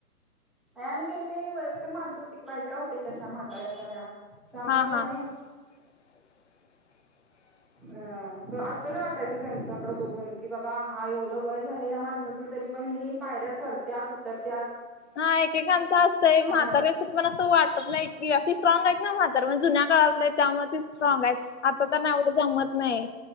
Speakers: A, in the centre; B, on the left (about 45°).
A: नाही आम्ही गेलो त्यावेळी वयस्कर माणसं होते की बायका होते कशा म्हाताऱ्या साऱ्या, त्यामुळ
B: हा
A: का
B: हा
A: नाही
B: <inaudible>
A: अ सो आश्चर्य वाटायचं त्यांच्याकड बघून, की बाबा हा एवढं वय झालं या माणसांच तरी पण हेनी पायऱ्यात चढत्यात, उतरत्याात.
B: हा एकेकांच असतंय. म्हातारे
A: आहेत
B: अस तुम्ही मला असं वाटत नाही, की अशी स्ट्रॉंग आहेत ना म्हातार. म जुन्या काळातली हाय त्यामुळे ती स्ट्रॉंग हायत. आता त्यांना एवढं जमत नाय.